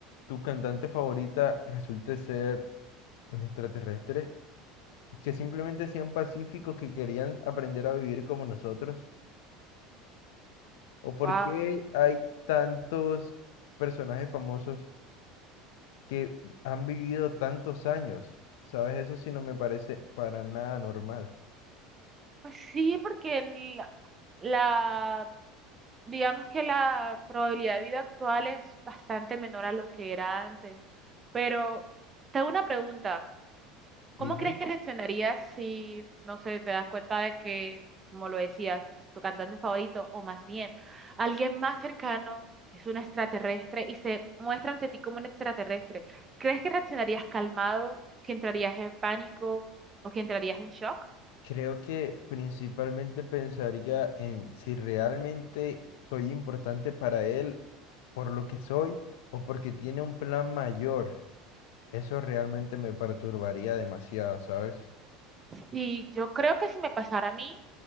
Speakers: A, on the left (about 80°); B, on the right (about 20°).
A: tu cantante favorita resulte ser un extraterrestre y que simplemente sean pacíficos que querían aprender a vivir como nosotros? ¿O por
B: Wow.
A: qué hay tantos personajes famosos que han vivido tantos años, ¿sabes? Eso sí no me parece para nada normal.
B: Pues sí, porque el- la, digamos que la probabilidad de vida actual es bastante menor a lo que era antes. Pero tengo una pregunta. ¿Cómo
A: Dime.
B: crees que reaccionarías si, no sé, te das cuenta de que, como lo decías, tu cantante favorito, o más bien, alguien más cercano es un extraterrestre y se muestra ante ti como un extraterrestre? ¿Crees que reaccionarías calmado, que entrarías en pánico o que entrarías en shock?
A: Creo que principalmente pensaría en si realmente soy importante para él por lo que soy o porque tiene un plan mayor. Eso realmente me perturbaría demasiado, ¿sabes?
B: Sí, yo creo que si me pasara a mí,